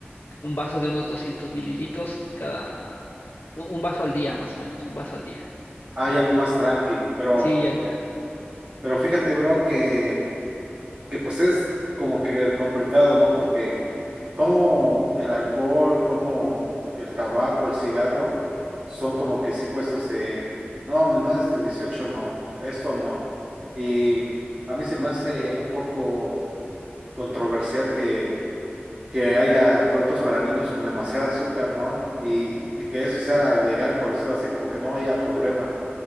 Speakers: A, on the left; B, on the right.
A: Un vaso de unos 200 mililitros cada, un un vaso al día, más o menos, un vaso al día.
B: hay algo más tranqui, pero.
A: Sí, ya, ya.
B: Pero fíjate, bro, que, que pues es como que complicado, ¿no? Porque como el alcohol, como el tabaco, el cigarro, son como que sí puestos en, no, menores de 18 no, esto no. Y a mí se me hace un poco controversial que, que haya productos para niños con demasiada azúcar, ¿no? Y, y que eso sea legal, por eso así como que no haya problema.